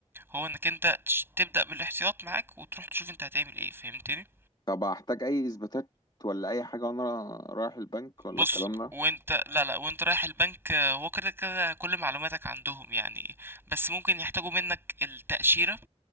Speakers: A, on the right; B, on the left.
A: هو انك انت تش- تبدأ بالاحتياط معاك وتروح تشوف انت هتعمل ايه فهمتني؟
B: طب هحتاج اي اثباتات ولا اي حاجه وانا رايح البنك ولا
A: بص
B: الكلام ده
A: وانت لا لا وانت رايح البنك آه، هو كده كده كل معلوماتك عندهم يعني بس ممكن يحتاجوا منك التأشيرة